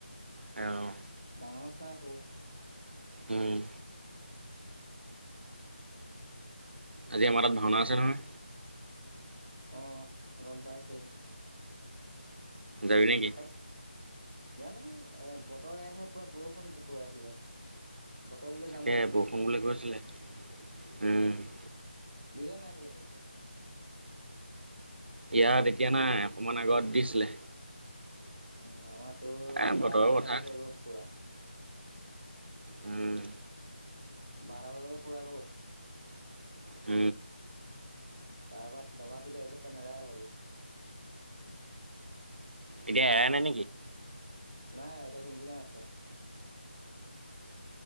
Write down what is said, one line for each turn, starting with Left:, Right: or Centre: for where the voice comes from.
Right: অঁ
Centre: ডাঙৰ মাছ নাই সৰু
Right: উম আজি আমাৰ তাত ভাওনা আছে নহয়।
Centre: অহ গম পাইছো।
Right: যাবি নেকি?
Centre: ত জানো এ বতৰ আহে পুৰা বৰষুণ পোৱা এইফালে বতৰ এৰিলে
Right: তাকে
Centre: যাম চাগে
Right: বৰষুণ বুলি কৈছিলে উম
Centre: দিছেনে নাই এইফালে বৰষুন
Right: ইয়াত এতিয়া নাই অকমান আগত দিছিলে
Centre: উম আমাত তোৰ
Right: এ বতৰৰ
Centre: বাৰটা বজালৈকে
Right: কথা
Centre: ৰ'দ পুৰা
Right: উম
Centre: বাৰটা বজা লৈকে পুৰা ৰ'দ
Right: উ
Centre: তাৰপৰা ডবা পিটা এতিয়া নেৰাই হ'ল
Right: এতিয়া এৰাই নাই নেকি?
Centre: নাই এতিয়া কিন কিনাই আছে